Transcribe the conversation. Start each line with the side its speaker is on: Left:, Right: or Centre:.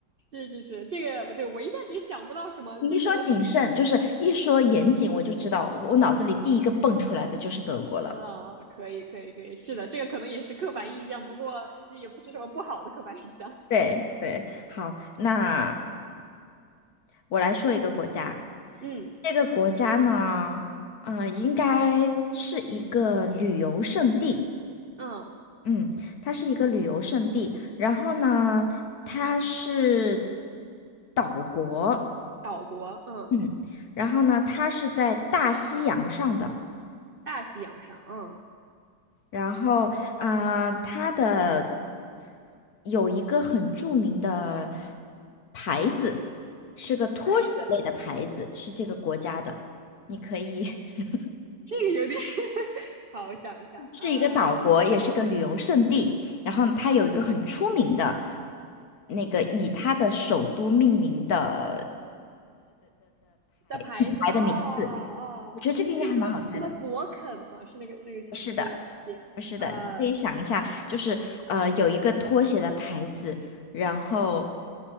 Right: 是是是，这个对我一下子也想不到什么，
Left: 你一说谨慎，
Right: 就可能
Left: 就是一说严谨，我就知道我我脑子里第一个蹦出来的就是德国了。
Right: 啊、可以可以可以，是的，这个可能也是刻板印象，不过这也不是什么不好的刻板印象。<laughs>
Left: 对对，好，那我来说一个国家，
Right: 嗯
Left: 这个国家呢，嗯，应该是一个旅游胜地。
Right: 嗯，
Left: 嗯，它是一个旅游胜地，然后呢，它是岛国，
Right: 岛国，嗯，
Left: 嗯，然后呢，它是在大西洋上的，
Right: 大西洋上，嗯，
Left: 然后啊、呃它的有一个很著名的牌子，是个拖鞋类的牌子，
Right: 牌子，
Left: 是这个国家的，你可以 <laughs>
Right: 这个有点 <laughs> 好，我想一下，
Left: 是一个岛国，
Right: 嗯，
Left: 也是个旅游胜地。然后它有一个很出名的，那个以它的首都命名的
Right: 的牌子，
Left: 品牌的名字，
Right: 哦哦，
Left: 我觉得这个应该还蛮好猜的。
Right: 是那个什么什么博肯吗？是那个那个那个鞋，
Left: 是的，不是的，
Right: 呃
Left: 你可以想一下，就是呃，有一个拖鞋的牌子，然后